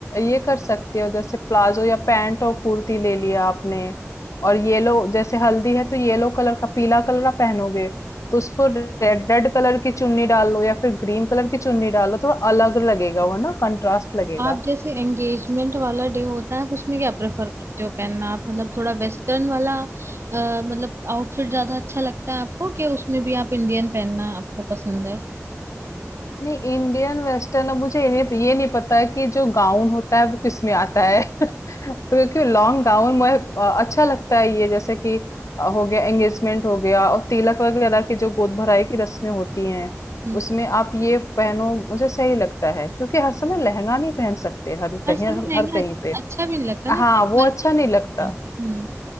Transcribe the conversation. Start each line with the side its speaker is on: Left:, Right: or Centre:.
Left: ये कर सकते हो जैसे प्लाजो या पैंट और कुर्ती ले लिया आपने और येलो जैसे हल्दी है तो येलो कलर का पीला कलर आप पहनोगे तो उस पर रेड रेड कलर की चुन्नी डाल लो या फिर ग्रीन कलर की चुन्नी डाल लो थोड़ा अलग लगेगा वो ना कंट्रास्ट लगेगा
Right: आप जैसे एंगेजमेंट वाला डे होता है आप उसमें क्या प्रेफर करते हो पहनना आप मतलब थोड़ा वेस्टर्न वाला अ, मतलब आउटफिट ज्यादा अच्छा लगता है आपको कि उसमें भी आप इंडियन पहनना आपको पसंद है
Left: नहीं इंडियन वेस्टर्न अब मुझे ये नहीं, ये नहीं पता है कि जो गाउन होता है वो किस में आता है <laughs> तो क्योंकि लॉन्ग गाउन मैं अ, अच्छा लगता है ये जैसे कि अ, हो गया एंगेजमेंट हो गया और तिलक वगैरह की जो गोद भराई की रस्में होती हैं
Right: हम्म
Left: उसमें आप ये पहनो मुझे सही लगता है क्योंकि हर समय लहंगा नहीं पहन सकते हर
Right: हर
Left: कहीं
Right: समय
Left: हर,
Right: लहंगा
Left: हर कहीं
Right: अच-
Left: पे
Right: अच्छा भी नहीं लगता ना
Left: हाँ
Right: कि आप
Left: वो
Right: हर
Left: अच्छा नहीं लगता
Right: हम्म